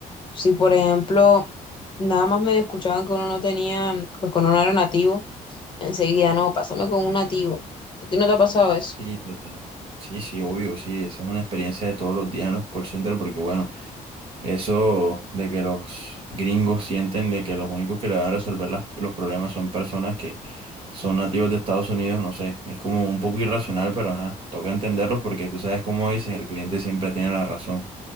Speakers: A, on the left (about 35°); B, on the right (about 40°).
A: si por ejemplo nada más medio escuchaban que uno no tenía, pues que uno no era nativo, enseguida, no, pásame con un nativo. ¿Y tú no te ha pasado eso?
B: Sí, total. Sí, sí, obvio, sí, esa es una experiencia de todos los días en los call centers porque bueno, eso de que los gringos sienten de que los únicos que le van a resolver las- los problemas son personas que son nativos de Estados Unidos, no sé, es como un poco irracional, pero ajá, toca entenderlos porque tú sabes cómo dicen, el cliente siempre tiene la razón.